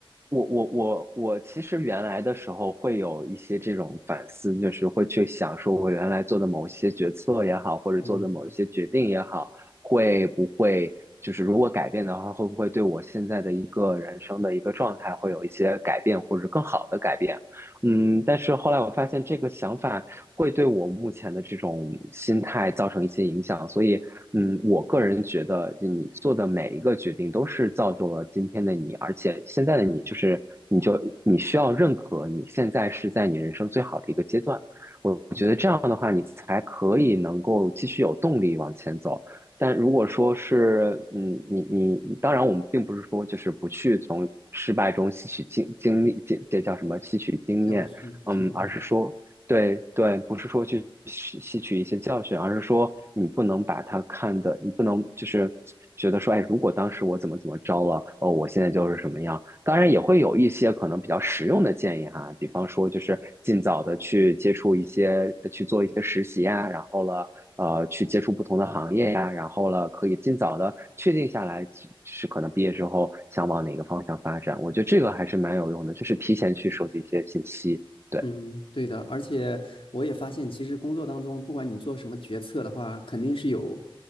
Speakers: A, on the right; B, on the left.
A: 我我我我其实原来的时候会有一些这种反思，就是会去想说我原来做的某一些决策也好，或者做的某一些决定也好，
B: 嗯
A: 会不会就是如果改变的话，会不会对我现在的一个人生的一个状态会有一些改变，或者更好的改变？嗯，但是后来我发现这个想法会对我目前的这种心态造成一些影响，所以嗯，我个人觉得，你做的每一个决定都是造就了今天的你，而且现在的你就是，你就你需要认可你现在是在你人生最好的一个阶段。我觉得这样的话，
B: 嗯，
A: 你才可以能够继续有动力往前走。但如果说是，嗯，你你，当然我们并不是说就是不去从失败中吸取经经历，这这叫什么？吸取经验，
B: 教训经验。
A: 嗯，而是说对对，不是说去吸吸取一些教训，而是说你不能把它看的，你不能就是觉得说，哎，如果当时我怎么怎么着了，哦，我现在就是什么样。当然也会有一些可能比较实用的建议哈，比方说就是尽早的去接触一些，去做一些实习呀，然后了，呃，去接触不同的行业呀，然后了，可以尽早的确定下来是可能毕业之后想往哪个方向发展。我觉得这个还是蛮有用的，就是提前去收集一些信息。对，
B: 嗯，对的，而且我也发现，其实工作当中，不管你做什么决策的话，肯定是有，